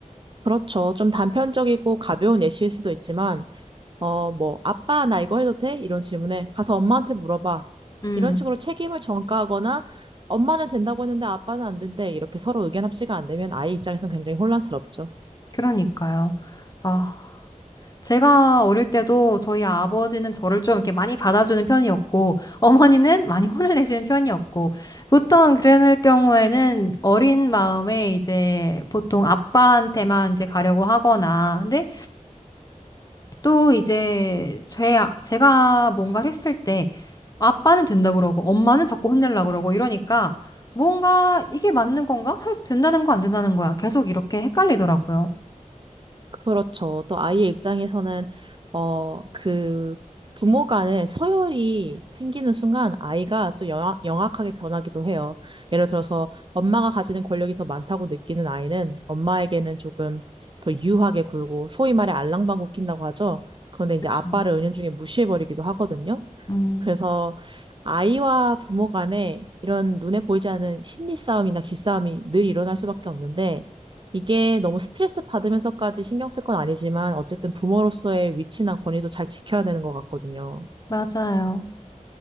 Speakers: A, on the right; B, on the left.
A: 그렇죠. 좀 단편적이고 가벼운 예시일 수도 있지만 어, 뭐, 아빠, 나 이거 해도 돼? 이런 질문에 가서 엄마한테 물어봐.
B: 음,
A: 이런 식으로 책임을 전가하거나 엄마는 된다고 했는데 아빠는 안 된대. 이렇게 서로 의견 합치가 안 되면 아이 입장에선 굉장히 혼란스럽죠.
B: 그러니까요. 아, 제가 어릴 때도 저희 아버지는 저를 좀 이렇게 많이 받아주는 편이었고 어머니는 많이 혼을 내시는 편이었고 보통 그랬을 경우에는 어린 마음에 이제 보통 아빠한테만 이제 가려고 하거나 근데 또 이제 제, 제가 뭔가를 했을 때 아빠는 된다 그러고 엄마는 자꾸 혼내려고 그러고 이러니까 뭔가 이게 맞는 건가? 하- 된다는 거 안 된다는 거야. 계속 이렇게 헷갈리더라고요.
A: 그렇죠. 또 아이의 입장에서는 어, 그 부모 간의 서열이 생기는 순간 아이가 또 영하, 영악하게 변하기도 해요. 예를 들어서 엄마가 가지는 권력이 더 많다고 느끼는 아이는 엄마에게는 조금 더 유하게 굴고 소위 말해 알랑방구 낀다고 하죠. 그런데 이제
B: 그쵸.
A: 아빠를 은연중에 무시해버리기도 하거든요.
B: 음,
A: 그래서 아이와 부모 간에 이런 눈에 보이지 않은 심리 싸움이나 기싸움이 늘 일어날 수밖에 없는데 이게 너무 스트레스 받으면서까지 신경 쓸 건 아니지만 어쨌든 부모로서의 위치나 권위도 잘 지켜야 되는 것 같거든요.
B: 맞아요.